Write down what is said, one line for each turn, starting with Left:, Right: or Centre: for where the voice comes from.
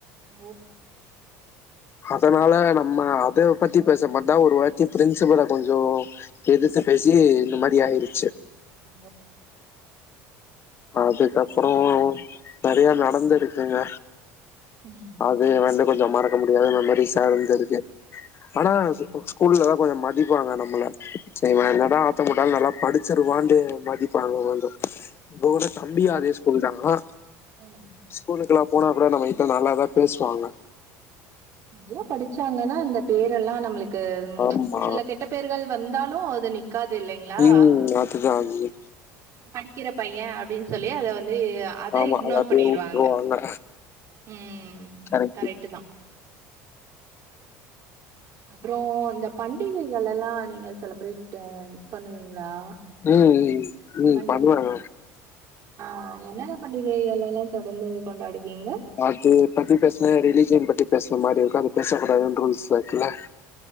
Right: ஓக்
Left: அதனால நம்ம அதய பத்தி பேச மாட்டோ ஒரு வாட்டி பிரின்சிபல கொஞ்சோ எதிர்த்து பேசி இந்த மாரி ஆயிருச்சு
Right: ஓ
Left: அதுக்கப்றோ
Right: சரி
Left: நெறய நடந்திருக்குங்க
Right: ம்.
Left: அது வந்து கொஞ்சோ மறக்க முடியாதுகற மாரி சேர்ந்து இருக்கு ஆனா
Right: ஓகேங்க.
Left: ஸ்கூல்லதா கொஞ்ச மதிப்பாங்க நம்மள இவன்
Right: ஆ.
Left: என்னதா ஆட்டம்போட்டாலு நல்லா படிச்சிருவான்டு மதிப்பாங்க கொஞ்சோ இதோட தம்பியு அதே ஸ்கூல் தாங்ளா
Right: ம்
Left: ஸ்கூலுக்குலா போன அப்றோ நம்ம கட்ட நல்லாதா பேசுவாங்க
Right: நல்லா படிச்சாங்கனா இந்த பேரெல்லா நம்ளுக்கு
Left: ஆமா
Right: சில கெட்ட பெயர்கள் வந்தாலு அது நிக்காது இல்லைங்களா
Left: ம் அதுதா அது
Right: படிக்கிற பைய அப்டின்னு சொல்லி அத வந்து அத
Left: ஆமா
Right: இக்னோர்
Left: அது அப்டியே
Right: பண்ணிருவாங்க
Left: வுட்ருவாங்க
Right: ம்
Left: கரெக்ட்
Right: கரெக்டு தா அப்றோ இந்த பண்டிகைகளெல்லா நீங்க செலிப்ரேட் பண்ணுவீங்களா
Left: ம் ம் ம்
Right: பண்டிகை
Left: பண்வாங்க
Right: ஆ என்னென்ன பண்டிகைகள் எல்லா தொடர்ந்து கொண்டாடுவீங்க
Left: அது பத்தி பேசுனா ரிலிஜியன் பத்தி பேசற மாரி இருக்கு அது பேசக் கூடாதுன்னு ரூல்ஸ்ல இருக்குல்ல